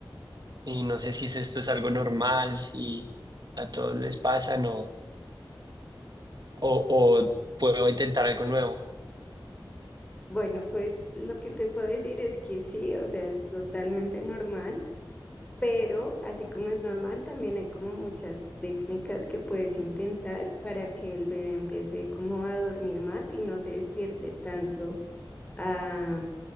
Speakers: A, on the right; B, on the left.
A: Y no sé si es- esto es algo normal, si a todos les pasa no o o puedo intentar algo nuevo.
B: Bueno, pues lo que te puedo decir es que sí, o sea, es totalmente normal, pero así como es normal, también hay como muchas técnicas que puedes intentar para que el bebé empiece como a dormir más y no se despierte tanto a,